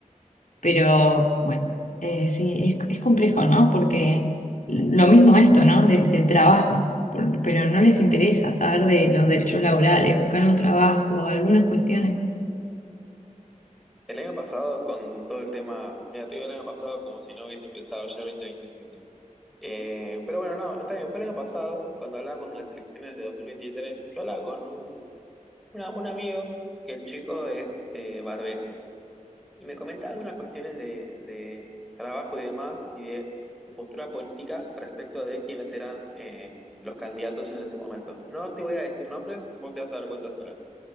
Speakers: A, on the left (about 70°); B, in the centre.
A: pero bueno, eh, sí, es, es complejo, ¿no? Porque lo mismo esto, ¿no? Del, del trabajo, por- pero no les interesa saber de los derechos laborales, buscar un trabajo, algunas cuestiones.
B: El año pasado, con todo el tema, mira, te digo el año pasado como si no hubiese empezado ya el 2025. Eh, pero bueno, no, está bien, fue el año pasado, cuando hablábamos de las elecciones de 2023 yo hablaba con un, una- un amigo que el chico es eh, barbero. Y me comentaba algunas cuestiones de, de trabajo y demás, y de su postura política respecto de quiénes eran eh, los candidatos en ese momento. No te voy a decir nombres, vos te vas a dar cuenta sola.